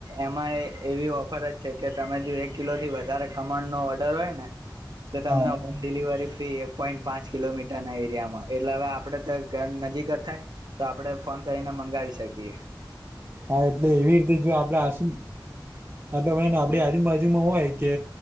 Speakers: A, on the right (about 60°); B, on the right (about 30°).
A: એમાં એ એવી ઓફર જ છે કે તમે જો એક કિલો થી વધારે ખમણ નો ઓર્ડર હોય ને તો તમને
B: હા
A: હોમ ડિલિવરી ફ્રી એક પોઈન્ટ પાંચ કિલોમીટર ના એરિયામાં એટલે હવે આપડે તો ઘર નજીક જ થાય. તો આપડે ફોન કરીને મંગાવી શકીએ.
B: હા એટલે એવી રીતે જો આપડે આસ એટલે હોય આપણી આજુબાજુમાં હોય કે